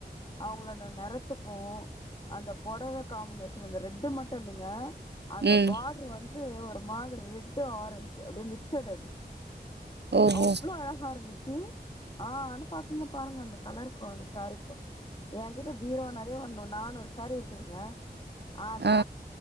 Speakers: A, on the left; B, on the right.
A: அவங்களோட நிறத்துக்கு அந்த புடவ காம்பினேஷன் அந்த ரெட்டு மட்டு இல்லங்க அந்த
B: ம்
A: பா்ட்ரு வந்து ஒரு மாதிரி ரெட்டு ஆரெஞ்சி அப்டி மிக்சடு அது
B: ஓஹோ
A: அவளோ அழகா இருந்துச்சி ஆ ஆனா பேச மாட்டாங்க அந்த கலருக்கு அந்த சாரிக்கு ஏ கிட்ட பீரோ நறைய ஒரு நானூறு சாரி இருக்குதுங்க ஆனா
B: ஆ